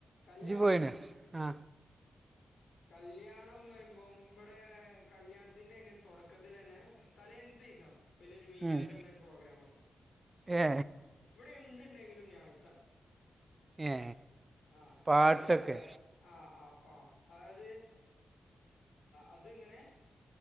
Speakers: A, on the left (about 85°); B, on the right (about 30°).
A: കല്യാണോ
B: ഇജ്ജ് പോയിനോ ആ
A: കല്യാ ളം വരുമ്പോ. ഇവ്‌ടെ കല്യാണത്തിന്റെ തുടക്കത്തിലന്നെ തലേന്ന്ത്തിസം വലിയൊരു മീലാദ്ന്നർഞ്ഞ
B: ഉം
A: ഒരു പ്രോഗ്രാമെക്കും.
B: ഏ
A: ഇവിടെ എന്തുണ്ടെങ്കിലും ന്യായത്താണ്.
B: ഏ
A: ആഹ്
B: പാട്ടൊക്കെ
A: അതൊചാ ആഹ് ആപ്പാ അതായത് അത്ങ്ങനെ